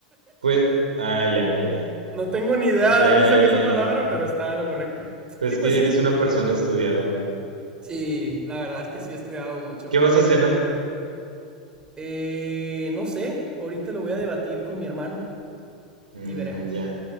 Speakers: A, on the right (about 85°); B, on the right (about 20°).
A: pues, ah, ya, ya, ya,
B: No tengo ni idea
A: ya,
B: de dónde
A: ya,
B: saqué esa
A: ya.
B: palabra, pero estaba en lo correcto.
A: Pues
B: Y pues
A: que
B: sí,
A: eres una persona estudiada, amigo.
B: sí, la verdad es que sí he estudiado mucho.
A: ¿Qué vas a cenar?
B: Eh, no sé, ahorita lo voy a debatir con mi hermano
A: Mm,
B: y veremos.
A: ya,